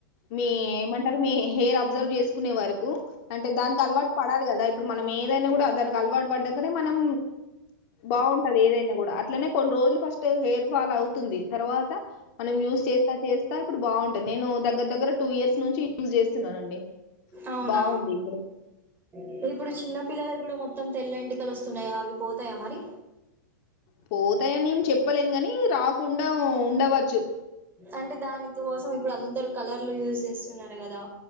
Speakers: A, on the left; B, on the right.
A: మీ ఏమంటారు మీ హెయిర్ అబ్జర్వ్ చేసుకునే వరకు అంటే దానికి అలవాటు పడాలి కదా ఇప్పుడు మనం ఏదైనా కూడా దానికి అలవాటు పడ్డాకనే మనం బాగుంటది ఏదైనా కూడా అట్లనే కొన్ని రోజులు ఫస్ట్ హెయిర్ ఫాల్ అవుతుంది తర్వాత మనం యూజ్ చేస్తా చేస్తా ఇప్పుడు బా ంట నేను దగ్గర దగ్గర టూ ఇయర్స్ నుంచి యూజ చేస్తున్నానండి
B: అవునా
A: బాగుంది ఇప్పుడు
B: ఇప్ప ఇప్పుడు చిన్న పిల్లలకు కూడా మొత్తం తెల్ల ఎంటికలు వస్తున్నాయా అవి పోతాయా మరి
A: పోతాయనిం ఏం చెప్పలేను గానీ రాకుండా ఉండవచ్చు
B: అంటే దాని కోసం ఇప్పుడు అందరుూ కలర్లు యూజ్ చేస్తున్నారు కదా